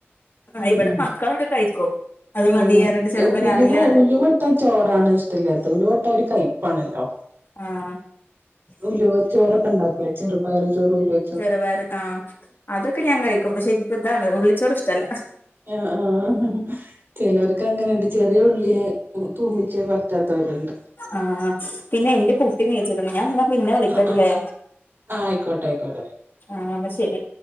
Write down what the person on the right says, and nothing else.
ഉം
ആഹ്
ഉലുവ
ഉലുവട്ട ചോറാണ് ഇഷ്ടമല്ലാത്തെ ഉലുവട്ടാ ഒരു കയ്പ്പാണല്ലോ
ഉലുവ ചോറൊക്കെണ്ടാക്കൂലെ ചെറുപായർ ചോർ ഉലുവ
ആഹ് ആഹ് ആ ചെലോർക്കങ്ങനെണ്ട് ചെറിയ ഉള്ളിയ തൂമിച്ചത് പറ്റാത്തോരുണ്ട്
ആഹ് ആഹ് ആഹ് ആയിക്കോട്ടെ ആയിക്കോട്ടെ